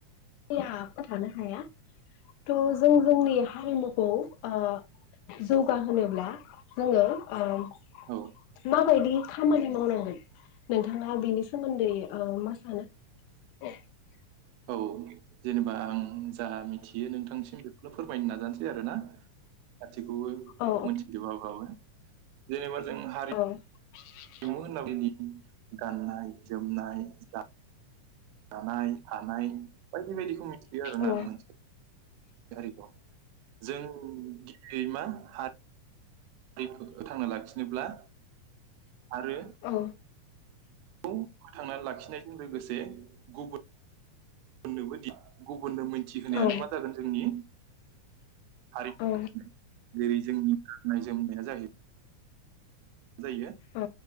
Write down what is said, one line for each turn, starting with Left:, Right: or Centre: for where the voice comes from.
Left: या थानो हाया त जों जोंनि हारिमुखौ ओ जौगाहोनोब्ला जोङो ओम
Right: औ।
Left: मा बायदि खामानि मावनांगोन नोंथाङा बेनि सोमोन्दै ओ मा सानो औ <unintelligible>
Right: औ जेनेबा आं जा मिथियो नोंथांसिम बेखौनो फोरमायनो नाजानोसै आरो ना गासैखौबो
Left: औ
Right: मिथिजोबोबा बाबो जेनेबा जों हारि
Left: औ <inaudible>
Right: थाङो होनना बायदि <unintelligible> गाननाय जोमनाय जा जानाय थानाय बायदि बायदि मिथि आरो ना
Left: औ
Right: मोनसे हारि दं जों गिबियै मा हा- हारिखौ फोथांनो लाखि <unintelligible> जेब्ला आरो।
Left: औ
Right: खौ फोथांना लाखिनायजों लोगोसे गुबुन होननोबोदि गु गुबुननो मिथिहोनायानो
Left: औ
Right: मा जागोन जोंनि हारिमु
Left: औ
Right: जेरै जोंनि गाननाय जोनोमनाया जायो जायो
Left: औ